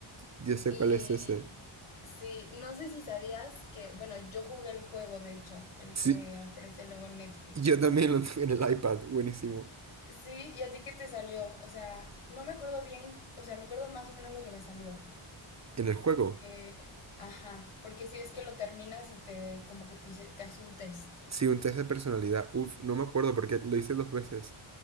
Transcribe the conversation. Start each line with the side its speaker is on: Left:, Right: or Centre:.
Right: Yo sé
Left: y
Right: cuál es ese.
Left: sí, no sé si sabías que, bueno, yo jugué el juego, de hecho, el
Right: Sí,
Left: que ofrece luego Netflix.
Right: yo también lo tuve en el iPad, buenísimo.
Left: Sí, ¿y a ti qué te salió? O sea, no me acuerdo bien, o sea, me acuerdo más o menos lo que me salió.
Right: En el juego,
Left: Que, ajá, porque si es que lo terminas y te, como que te, dice- te hace un test.
Right: sí, un test de personalidad. Uf, no me acuerdo porque lo hice dos veces,